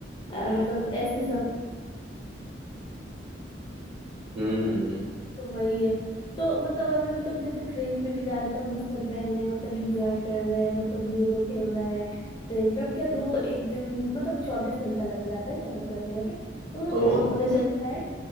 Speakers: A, on the left (about 25°); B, on the right (about 30°).
A: ا مطلب ایسی سب
B: ہوں ہ ہ
A: تو وہی ہے تو مطلب ابھی مطلب جیسے ٹرین پہ بھی جارہے تو ہم لوگ سب بہنے مطلب انجوائے کر رہے ہیں مطلب لڈو کھیل رہے ہیں ٹرین پہ اب کیا دو ایک دن مطلب چوبیس گھنٹہ لگ جاتا ہے سفر کرتے کرتے تو
B: او
A: بہت ہونے سے اچھا ہے